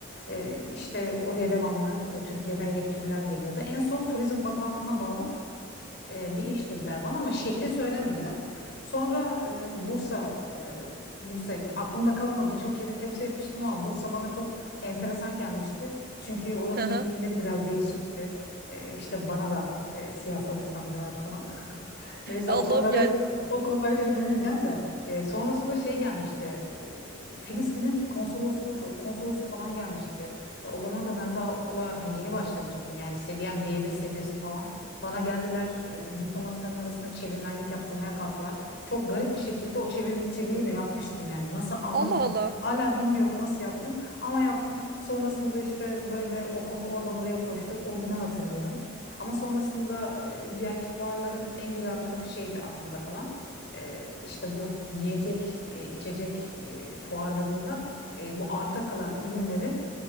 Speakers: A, on the left; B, on the right.
A: E, işte oraya devamlı e, Türkiye'den yetkililer geliyordu. En son Turizm Bakanlığı'na bağlı e, bir iş dediler bana ama şehri söylemediler. Sonra e, Bursa, e, Bursa aklımda kalan o birçok yeri temsil etmiştim ama Bursa bana çok enteresan gelmişti. Çünkü oranın
B: Hı hı.
A: yetkilileri biraz değişikti. E, işte bana da e, siyasal İslamcılar falan. Neyse
B: Allah'ım
A: o konulara
B: ya.
A: hiç, o konulara hiç girmeyeceğim de E, sonrasında şey gelmişti e, Filistin'in konsolosluğu konsolosu falan gelmişti. E, o zaman da ben daha okula hani yeni başlamıştım yani seviyem B1 seviyesi falan. Bana geldiler e, diplomatların arasında çevirmenlik yaptırmaya kalktılar. Çok garip bir şekilde o çevirimi çeviriyi de yapmıştım yani nasıl anlamadım.
B: Allah Allah.
A: Hala bilmiyorum nasıl yaptım ama yaptım. Sonrasında işte böyle o konu oradan oraya koştur. O günü hatırlıyorum. Ama sonrasında e, diğerki fuarların en güzel tarafı şeydi aklımda kalan. E, işte bu yiyecek, e, içecek e, fuarlarında e, bu arta kalan ürünlerin